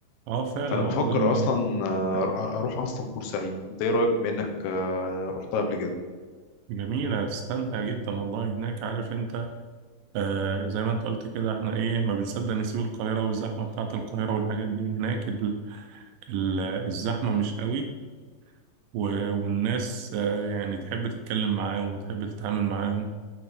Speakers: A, on the right; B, on the left.
A: اه فعلا
B: فأنا
A: الواحد
B: بفكر
A: لما
B: أصلا آه، أر- أروح أصلا بورسعيد أنت إيه رأيك بما إنك آه، رحتها قبل كده؟
A: جميلة هتستمتع جدا والله هناك عارف انت آه زي ما انت قلت كده احنا ايه ما بنصدق نسيب القاهرة والزحمة بتاعة القاهرة والحاجات دي هناك ال ال الزحمة مش قوي و- والناس آه يعني تحب تتكلم معاهم وتحب تتعامل معاهم